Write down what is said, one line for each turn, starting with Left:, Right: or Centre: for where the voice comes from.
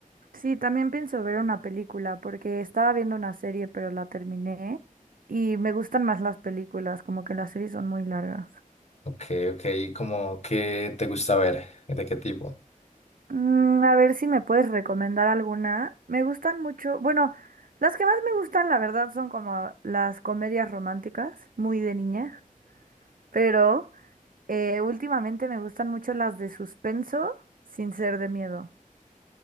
Right: Sí, también pienso ver una película porque estaba viendo una serie, pero la terminé y me gustan más las películas, como que las series son muy largas.
Left: Ok, ok. ¿Cómo qué te gusta ver? ¿De qué tipo?
Right: Mm, a ver si me puedes recomendar alguna. Me gustan mucho, bueno, las que más me gustan, la verdad, son como las comedias románticas, muy de niña, pero eh, últimamente me gustan mucho las de suspenso sin ser de miedo.